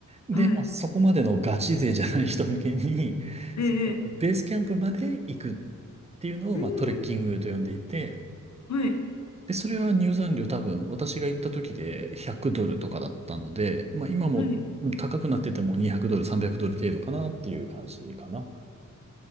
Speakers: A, on the right; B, on the left.
A: で、
B: はい。
A: まあ、そこまでのガチ勢じゃない人向けに、
B: ええ。
A: そのベースキャンプまで行くっていうのを、
B: うん
A: まあ、トレッキングと呼んでいて、
B: うん。はい。
A: で、それは入山料多分、私が行った時で100ドルとかだったので、まあ、今もうん高くなってても200ドル、
B: はい。
A: 300ドル程度かなっていう感じかな。